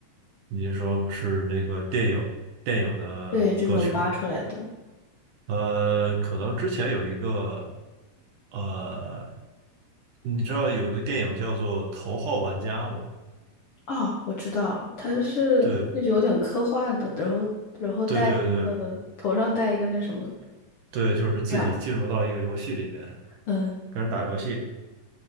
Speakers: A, on the right (about 65°); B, on the left (about 55°).
A: 你是说是那个电影电影的歌曲吗？
B: 对，这种扒出来的。
A: 呃，可能之前有一个呃，你知道有个电影叫做《头号玩家》吗？
B: 哦，我知道，它是那种有点科幻的，
A: 对，
B: 然后然后戴一个头上戴一个那什么
A: 对对对对，就是自己进入到一个游戏里面
B: 亮，嗯，
A: 跟人打游戏，